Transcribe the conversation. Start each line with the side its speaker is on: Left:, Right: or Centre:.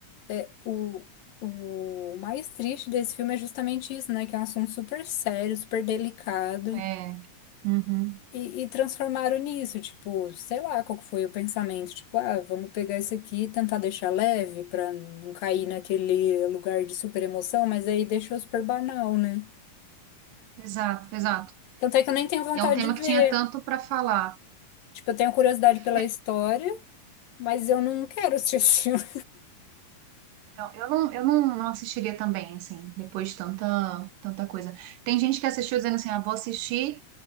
Left: é, o, o mais triste desse filme é justamente isso, né? Que é um assunto super sério, super delicado.
Right: É. Uhum.
Left: E, e transformaram nisso, tipo, sei lá qual que foi o pensamento, tipo, ah, vamos pegar isso aqui e tentar deixar leve pra não cair naquele lugar de super emoção, mas aí deixou super banal, né?
Right: Exato, exato.
Left: Tanto é que eu nem tenho vontade
Right: E é um tema
Left: de ver.
Right: que tinha tanto para falar.
Left: Tipo, eu tenho curiosidade pela
Right: É,
Left: história, mas eu não quero assistir esse filme.
Right: Não, eu não, eu não, não assistiria também, assim, depois de tanta, tanta coisa. Tem gente que assistiu dizendo assim, ah, vou assistir